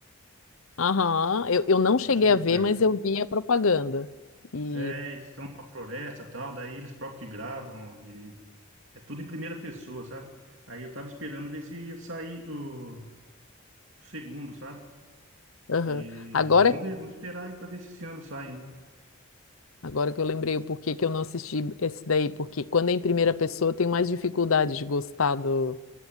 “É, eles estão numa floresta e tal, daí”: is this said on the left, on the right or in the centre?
Right